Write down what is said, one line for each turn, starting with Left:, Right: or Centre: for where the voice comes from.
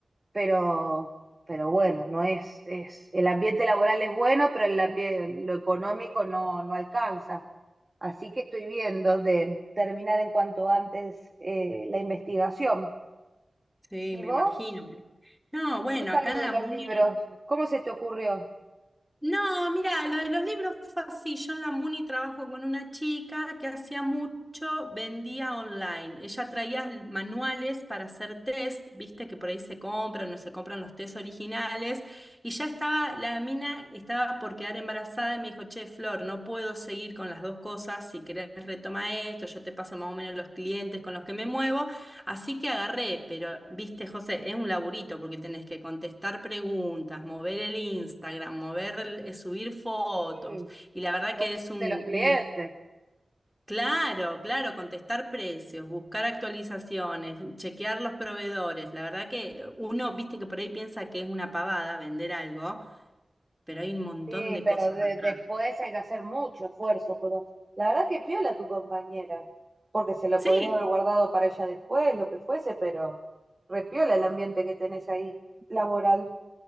Right: pero, pero bueno, no es, es, el ambiente laboral es bueno, pero el ambiente, lo económico no, no alcanza. Así que estoy viendo de terminar en cuanto antes eh, la investigación.
Centre: Sí,
Right: ¿Y
Centre: me
Right: vos?
Centre: imagino. No, bueno,
Right: ¿Cómo está
Centre: acá
Right: lo
Centre: en
Right: de
Centre: la
Right: los
Centre: Muni.
Right: libros? ¿Cómo se te ocurrió?
Centre: No, mira, lo de los libros fue así. Yo en la Muni trabajo con una chica que hacía mucho, vendía online. Ella traía manuales para hacer test, viste que por ahí se compran, no se compran los test originales. Y ya estaba, la mina estaba por quedar embarazada y me dijo, che, Flor, no puedo seguir con las dos cosas. Si querés retoma esto, yo te paso más o menos los clientes con los que me muevo. Así que agarré, pero viste, José, es un laburito porque tenés que contestar preguntas, mover el Instagram, mover, el- eh, subir fotos.
Right: Mm,
Centre: Y la verdad
Right: ¿Y consejos
Centre: que es un,
Right: de los clientes?
Centre: un- claro, claro, contestar precios, buscar actualizaciones, chequear los proveedores. La verdad que uno, viste que por ahí piensa que es una pavada vender algo, pero hay un montón
Right: Sí,
Centre: de
Right: pero
Centre: cosas
Right: de-
Centre: atrás.
Right: después hay que hacer mucho esfuerzo, pero la verdad que piola tu compañera, porque se lo
Centre: Sí,
Right: podría haber guardado para ella después, lo que fuese, pero repiola el ambiente que tenés ahí, laboral.